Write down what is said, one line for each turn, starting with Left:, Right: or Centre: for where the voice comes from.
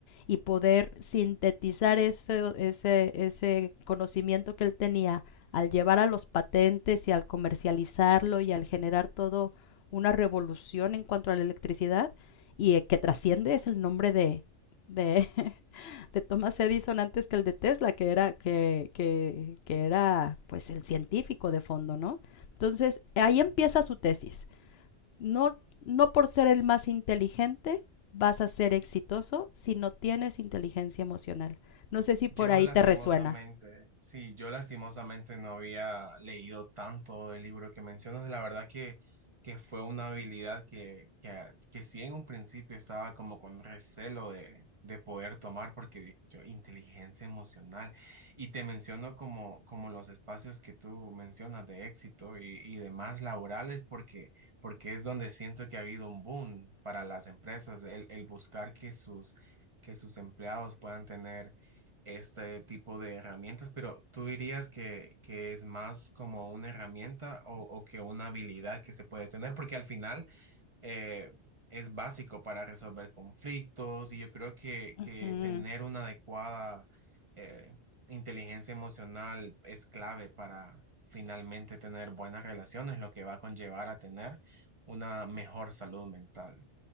Left: y poder sintetizar ese, ese, ese conocimiento que él tenía al llevar a los patentes y al comercializarlo y al generar todo una revolución en cuanto a la electricidad y el que trasciende es el nombre de, de, <laughs> de, Thomas Edison antes que el de Tesla, que era, que, que, que era pues el científico de fondo, ¿no? Entonces, ahí
Right: sí.
Left: empieza su tesis. No, no por ser el más inteligente vas a ser exitoso si no tienes inteligencia emocional. No sé si por
Right: Yo
Left: ahí
Right: lastimosamente,
Left: te resuena.
Right: sí, yo lastimosamente no había leído tanto el libro que mencionas. La verdad que, que fue una habilidad que, que, ah, que sí en un principio estaba como con recelo de, de poder tomar porque dije yo, inteligencia emocional. Y te menciono como, como los espacios que tú mencionas de éxito y, y demás laborales porque, porque es donde siento que ha habido un boom para las empresas, el, el buscar que sus, que sus empleados puedan tener este tipo de herramientas, pero ¿tú dirías que, que es más como una herramienta o, o que una habilidad que se puede tener? Porque al final eh, es básico para resolver conflictos y yo creo que,
Left: Ujú.
Right: que tener una adecuada eh, inteligencia emocional es clave para finalmente tener buenas relaciones, lo que va a conllevar a tener una mejor salud mental.